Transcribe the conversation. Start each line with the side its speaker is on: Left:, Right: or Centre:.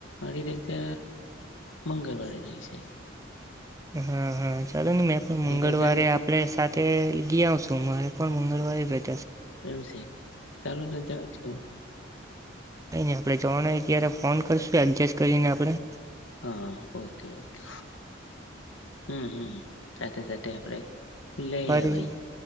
Left: તે રીતે મંગળવારે રહીશે.
Right: એ હા હા. ચાલો ને મેં પણ મંગળવારે
Left: રજા
Right: આપડે સાત તે ગયા આવ સો મારે પણ મંગળવારે ર
Left: એવું છે. ચાલો તો ત્યાર ચલો.
Right: કઈ નઈ આપડણે ત્રણ ઈ જયારે ફોન કરશે એડજસ્ટ કરીને આપણે
Left: હા ઓકે ઓકે હમ્મ હમ્મ <unintelligible> <unintelligible> લઇ
Right: ફરી
Left: અવાય